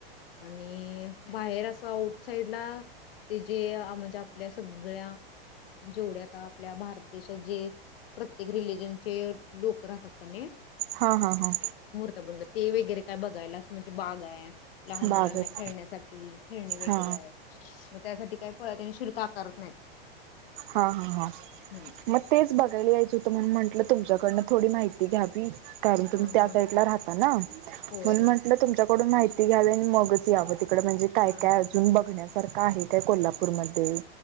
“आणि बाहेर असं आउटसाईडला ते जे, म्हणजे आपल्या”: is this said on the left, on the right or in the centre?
Left